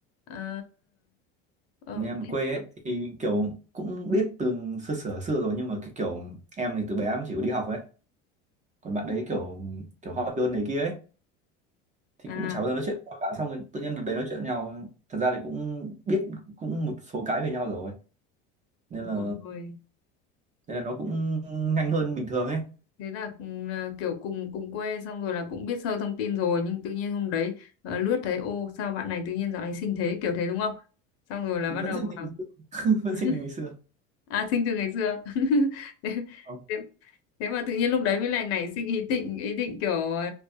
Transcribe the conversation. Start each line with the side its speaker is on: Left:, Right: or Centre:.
Left: à ờ,
Right: ở nhà em
Left: thế-
Right: ở quê ấy thì kiểu cũng biết từ xưa xưa xưa rồi nhưng mà cái kiểu em thì từ bé em chỉ có đi học ấy còn bạn đấy kiểu kiểu hot girl này kia ấy thì
Left: à
Right: cũng chả bao giờ nói chuyện qua cả xong rồi tự nhiên đợt đấy nói chuyện với nhau thật ra thì cũng biết cũng một số cái về nhau rồi nên là
Left: rồi
Right: nên là nó cũng nhanh hơn bình thường ấy
Left: thế là ừ, là kiểu cùng cùng quê xong rồi là cũng biết sơ thông tin rồi nhưng tự nhiên hôm đấy ờ, lướt thấy ô sao bạn này tự nhiên dạo này xinh thế kiểu thế đúng không xong rồi là
Right: thì
Left: bắt
Right: vẫn
Left: đầu
Right: sinh tình
Left: vào
Right: <laughs> vẫn
Left: <laughs>
Right: sinh tình ngày xưa
Left: à xinh từ ngày xưa <laughs> thế,
Right: Ờ,
Left: thế, thế mà tự nhiên lúc đấy mới lại nảy sinh ý định ý định kiểu ờ,